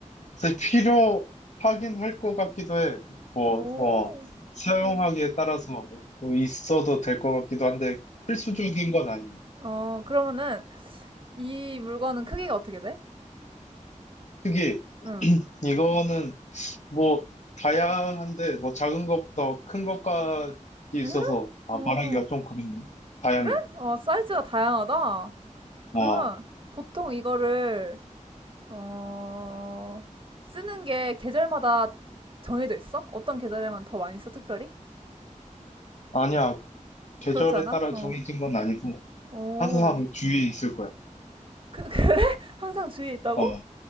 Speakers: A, on the left; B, on the right.
A: 글쎄 필요하긴 할 것 같기도 해. 뭐,
B: 오,
A: 어, 사용하기에
B: 그러고.
A: 따라서 뭐 뭐 있어도 될 것 같기도 한데 필수적인 건 아니야.
B: 어, 그러면은 이 물건은 크기가 어떻게 돼?
A: 크기, <clears throat>
B: 응.
A: 이거는 뭐 다양한데 뭐 작은 것부터 큰 것까지 있어서
B: 응?
A: 아,
B: 어
A: 말하기가 좀 그렇네. 다양해.
B: 그래? 어, 사이즈가 다양하다. 그러면
A: 와,
B: 보통 이거를 어, 쓰는 게 계절마다 정해져 있어? 어떤 계절에만 더 많이 써, 특별히?
A: 아니야. 계절에
B: 그렇지 않아?
A: 따라
B: 어.
A: 정해진 건 아니고.
B: 오.
A: 항상 주위에 있을 거야.
B: 그, 그래? <laughs> 항상 주위에 있다고?
A: 어,